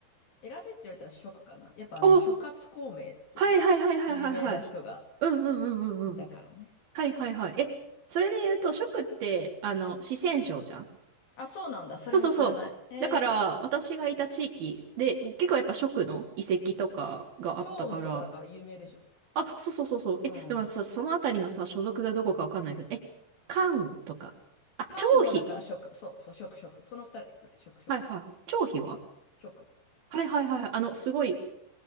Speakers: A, on the left; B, on the right.
A: 選べって言われたら食かな。やっぱあの諸葛孔明っていう有名な人が
B: あはいはいはいはいはいはい。うんうんうんうんうん。
A: いたからね。
B: はいはいはい。え、それで言うと、食って、あの、四川省じゃん。
A: あ、そうなんだ。それも知らない。
B: そうそうそう。
A: へえ。
B: だから、私がいた地域で、結構やっぱ食の遺跡とかがあったから、
A: 趙雲とかだから有名でしょ。
B: あ、そうそうそうそう。え、
A: うん。
B: でもさ、そのあたりのさ、所属がどこかわかんないけど、え、関とか。あ、
A: 関羽はだから食。
B: 張飛。
A: そうそう、食食。その二人これ食食。
B: はいはい。張飛は
A: 食。
B: はいはいはいはい。あの、すごい、